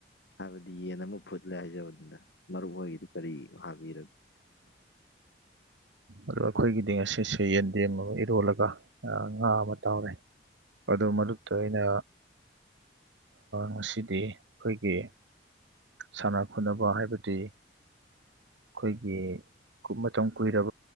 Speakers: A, on the left; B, on the right.
A: ꯍꯥꯏꯕꯗꯤ ꯌꯦꯟ ꯑꯃ ꯐꯨꯠꯂꯦ ꯍꯥꯏꯖꯕꯅꯤꯅ ꯃꯔꯨ ꯑꯣꯏꯒꯤꯗꯤ ꯀꯔꯤ ꯍꯥꯕꯤꯔꯒꯦ
B: ꯑ ꯑꯩꯈꯣꯏꯒꯤꯗꯤ ꯉꯁꯤꯁꯦ ꯌꯦꯟꯗꯦꯝ ꯑꯃ ꯏꯔꯣꯜꯂꯒ ꯉꯥ ꯑꯃ ꯇꯥꯎꯔꯦ ꯑꯗꯨ ꯃꯔꯨꯞꯇ ꯑꯩꯅ ꯉꯁꯤꯗꯤ ꯑꯩꯈꯣꯏꯒꯤ ꯁꯥꯟꯅ ꯈꯣꯠꯅꯕ ꯍꯥꯏꯕꯗꯤ ꯑꯩꯈꯣꯏꯒꯤ ꯃꯇꯝ ꯀꯨꯏꯔꯕ